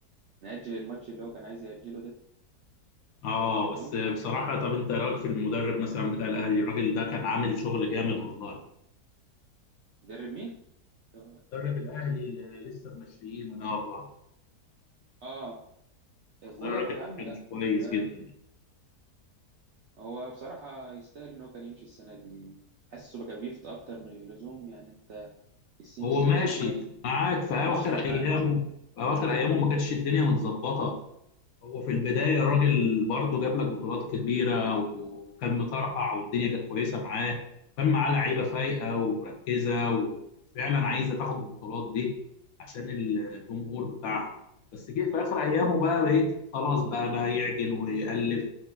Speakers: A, on the right; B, on the left.
A: نأجل الماتش اللي هو كان عايز يأجله ده
B: اه بس
A: ممكن
B: بصراحه طب انت إيه رايك في المدرب مثلا بتاع الاهلي الراجل ده كان عامل شغل جامد والله
A: مدرب مين؟ اه
B: مدرب الاهلي اللي لسه ماشيين ده والله
A: اه
B: والله
A: كولر
B: الراجل
A: يا
B: ده
A: عم
B: كان
A: لا
B: كويس
A: آه،
B: جدا
A: هو بصراحة يستاهل ان هو كان يمشي السنة دي حاسه بقى بيفت اكتر من اللزوم يعني انت السنين
B: هو
A: اللي
B: ماشي
A: فاتت ماشي
B: معاك في
A: كانت
B: اخر
A: ماشية معاه
B: ايامه في اخر ايامه ما كانتش الدنيا متظبطه هو في البداية الراجل برضه جاب لك بطولات كبيرة وكان مطرقع والدنيا كانت كويسة معاه كان معاه لعيبة فايقة ومركزة وفعلا عايزة تاخد البطولات دي عشان الجمهور بتاعها بس جه في آخر أيامه بقى بقيت خلاص بقى بقى يعجن ويألف